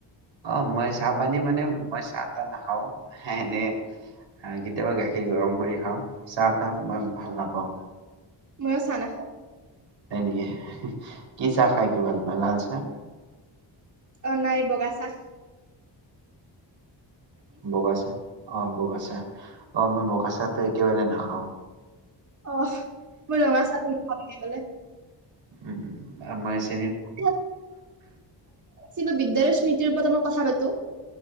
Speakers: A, on the right; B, on the right.
A: অ মই চাহ পানী মানে মই চাহ তাহ নাখাও এনে কেতিয়াবা গাখীৰ গৰম কৰি খাওঁ চাহ তাহ মই ভাল
B: অ,
A: নাপাও
B: ময়ো চাহ নাখাও
A: হয় নেকি কি চাহ
B: অ
A: খাই কি ভাল পোৱা? লাল চাহ চাহ
B: অ নাই বগা চাহ।
A: বগা চাহ অ বগা চাহ। অ মই বগা চাহটো একেবাৰে নাখাও।
B: অহ মই ৰঙা চাহটো নাখাও বুলি ক'লে
A: উম উম আম <unintelligible>
B: <unintelligible> কিবা বিদ্যালয়ৰ স্মৃতিৰ ওপৰত অলপ কথা পাতো?